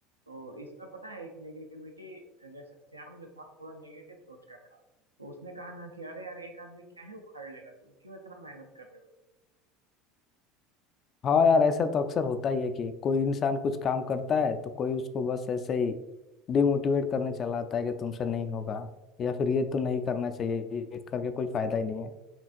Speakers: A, on the right; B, on the left.
A: तो इसमें पता है एक नेगेटिविटी जैसे श्याम जो था थोड़ा नेगेटिव सोच का था तो उसने कहा ना कि अरे यार एक आदमी क्या ही उखाड़ लेगा तुम क्यों इतना मेहनत कर रहे हो
B: हाँ यार ऐसा तो अक्सर होता ही है कि कोई इंसान कुछ काम करता है तो कोई उसको बस ऐसे ही डिमोटिवेट करने चला आता है कि तुमसे नहीं होगा या फिर ये तो नहीं करना चाहिए ये करके कोई फायदा ही नहीं है